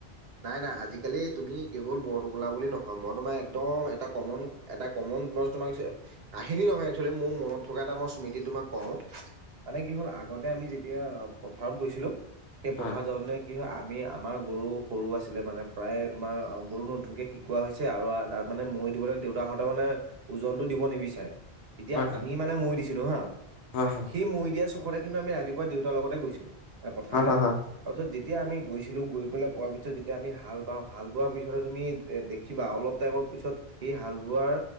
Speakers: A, on the right; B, on the left.
A: নাই নাই আজিকালি তুমি কেৱল বৰটোকোলা বুলি নহয় মই তোমাৰ একদম এটা কমন এটা কমন <unintelligible> কাহিনী নহয় একচোৱেলি মোৰ মনত থকা এটা মই স্মৃতি তোমাক কও মানে কি হল আগতে আমি যেতিয়া পথাৰত গৈছিলোঁ সেই
B: হয়
A: পথাৰত যাওঁতে কি হয় আমি আমাৰ গৰু সৰু আছিলে মানে প্ৰায়ে তোমাৰ গৰু নতুনকে শিকোৱা হৈছে আৰু তাত মানে মৈ দিবলৈ দেউতাহঁত মানে যে ওজনটো দিব নিবিচাৰে যেতিয়া
B: হয় হয়
A: আমি মৈ দিছিলো ন
B: হয় হয়
A: সেই মৈ দিয়া ট কিন্তু আমি ৰাতিপুৱা দেউতাৰ লগতে গৈছিলো পথাৰলে,
B: হয় হয় হয়
A: তাৰপিছত যেতিয়া আমি গৈছিলো গৈ গ'লে পোৱা পি যেতিয়া আমি হাল বাওঁ হাল বোৱাৰ পিছতেই তুমি এ দেখিবা অলপ টাইমৰ পিছত সেই হাল বোৱাৰ